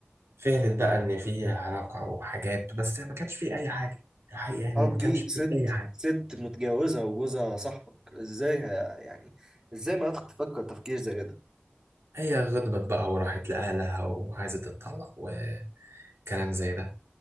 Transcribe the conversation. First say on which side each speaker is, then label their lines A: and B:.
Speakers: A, on the right; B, on the right.
A: فهمت بقى ان في علاقة وحاجات بس ما كانش في اي حاجة الحقيقة انه
B: طب
A: ما
B: دي
A: كانش في
B: ست
A: اي حاجة
B: ست متجوزة وجوزها صاحبك ازاي ه- يعني ازاي ما تفكر تفكير زي ده
A: هي غضبت بقى وراحت لأهلها وعايزة تتطلق وكلام زي ده